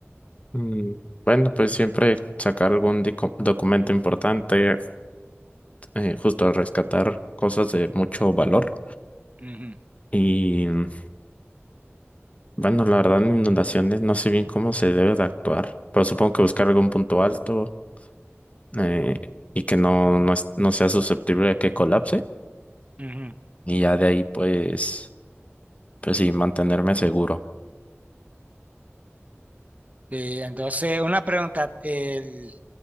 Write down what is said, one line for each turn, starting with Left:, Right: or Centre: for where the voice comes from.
Left: Mm, Bueno, pues siempre sacar algún dico- documento importante, eh, justo rescatar cosas de mucho valor.
Right: Ujú,
Left: Y mm, bueno, la verdad, en inundaciones no sé bien cómo se debe de actuar, pero supongo que buscar algún punto alto eh, y que no, no, es- no sea susceptible a que colapse.
Right: ujú.
Left: Y ya de ahí, pues, pues sí, mantenerme seguro.
Right: Sí, entonces, una pregunta, el-